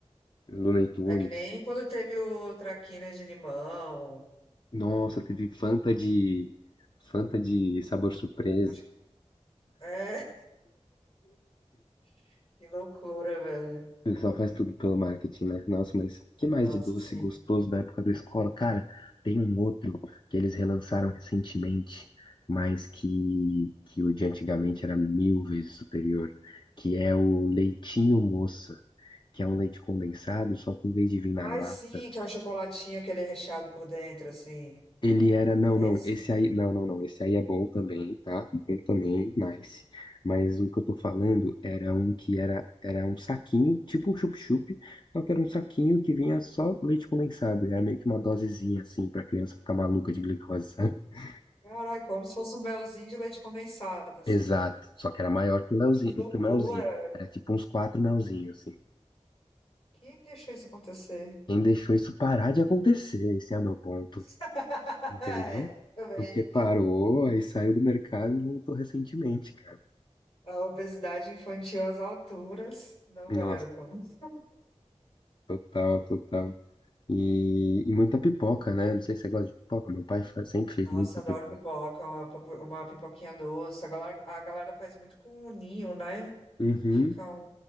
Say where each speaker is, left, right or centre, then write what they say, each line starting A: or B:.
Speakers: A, on the left; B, on the left.
A: Looney Tunes.
B: É que nem quando teve o Traquinas de Limão.
A: Nossa, teve Fanta de Fanta de sabor surpresa.
B: Acho que... É, <laughs> que loucura, velho.
A: O pessoal faz tudo pelo marketing, né? Nossa, mas que mais
B: Nossa,
A: de doce
B: sim.
A: gostoso da época da escola? Cara, tem um outro que eles relançaram recentemente, mas que, que o de antigamente era mil vezes superior, que é o Leitinho Moça. que é um leite condensado, só que em vez de vir na
B: Ai,
A: lata,
B: sim, que é o chocolatinho que ele é recheado por dentro, assim.
A: ele era, não,
B: É
A: não,
B: esse?
A: esse aí, não, não, não, esse aí é bom também, tá? Bom também, nice. Mas o que eu tô falando era um que era, era um saquinho, tipo um chup-chup, só que era um saquinho que vinha só leite condensado, e era meio que uma dosezinha, assim, pra criança ficar maluca de glicose, sabe? <laughs>
B: Caraca, como se fosse um melzinho de leite condensado, assim.
A: Exato, só que era maior que o Leozinho,
B: Que loucura!
A: que o melzinho. Era tipo uns quatro melzinhos, assim.
B: Quem é que deixou isso acontecer?
A: Quem deixou isso parar de acontecer? Esse é o meu ponto.
B: <laughs>
A: entendeu?
B: É, também.
A: Porque parou, aí saiu do mercado e voltou recentemente, cara.
B: A obesidade infantil às alturas. Não, galera,
A: Nossa,
B: vamos.
A: total, total. E, e muita pipoca, né? Não sei se você gosta de pipoca. Meu pai fa- sempre fez
B: Nossa,
A: muita
B: adoro
A: pipoca.
B: pipoca, uma, pipo- uma pipoquinha doce. A galera, a galera faz muito com o ninho, né?
A: Uhum.
B: Fica um...